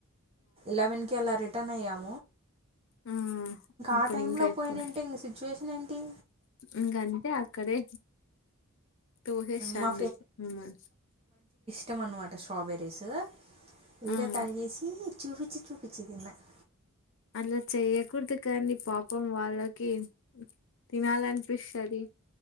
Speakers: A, on the right (about 30°); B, on the left (about 60°).
A: లీవెన్కి ఎలా రిటర్న్ అయ్యాం
B: మ్మ్ అప్పుడు
A: ఆ టైంలో
B: ఇంకా ఎక్కువ
A: పోయినంటే ఇంక సిచ్యువేషన్ ఏంటి
B: ఇంక అంతే అక్కడే తు హేష్ రండ్రి
A: మా
B: మ్మ్ అని
A: టం అనమాట స్ట్రాబెర్రీసు విడోకాలి
B: ఆ
A: జేసి చూపిచి చూపించిందిన్నాక్
B: అట్లా చేయ్యకూడదు కానీ పాపం వాళ్ళకి తినాలనిపిస్తది